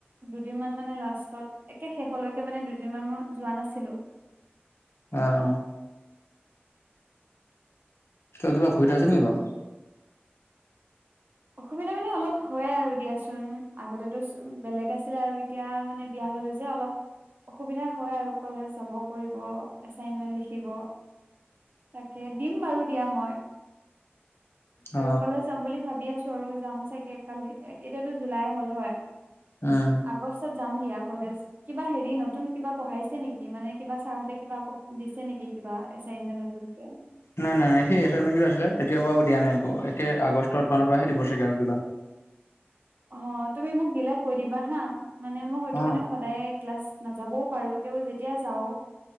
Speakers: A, on the right; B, on the left.
A: দুদিনমান মানে লাষ্টত একে শেষলৈকে মানে দুদিনমান মই যোৱা নাছিলোঁ।
B: অঁ। কিবা অসুবিধা হৈছে নেকি বাৰু?
A: অসুবিধা মানে অলপ হয় আৰু দিয়াচোন, আগতেতো বেলেগ আছিলে আৰু এ তিয়া মানে বিয়া হলো যে অলপ অসুবিধা হয় আৰু কলেজ যাব কৰিব এচাইনমেণ্ট লিখিব। তাকে দিম বাৰু দিয়া মই।
B: অ
A: আৰু কলেজ যাম বুলি ভাবি আছো আৰু, যাম চাগে কালি এ এতিয়াতো জুলাই হ'ল হয়।
B: উম।
A: আগষ্টত যাম দিয়া কলেজ। কিবা হেৰি নতুন কিবা পঢ়াইছে নেকি মানে কিবা ছাৰহঁতে কিবা আকৌ দিছে নেকি? কিবা এচাইনমেণ্ট নতুনকে,
B: নাই নাই সেই এচাইনমেণ্টটো আছিলে তেতিয়া পৰা আৰু দিয়া নাই একো। এতিয়া আগষ্টত মানৰ পৰাহে দিব চাগে আৰু কিবা।
A: অ তুমি মোক দিলে কৈ দিবা হা, মানে মই হয়টো
B: অ
A: মানে সদায় ক্লাছ নাযাবও পাৰো, তেউ যেতিয়া যাও